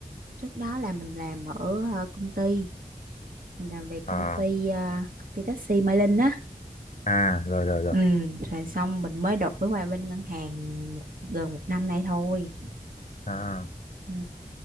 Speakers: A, on the right; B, on the left.
A: trước đó là mình làm ở ờ, công ty mình làm về
B: Ờ,
A: công ty ờ, công ty taxi Mai Linh á
B: à rồi rồi rồi
A: ừ rồi xong mình mới đổi qua bên ngân hàng một- gần một năm nay thôi
B: à,
A: ừ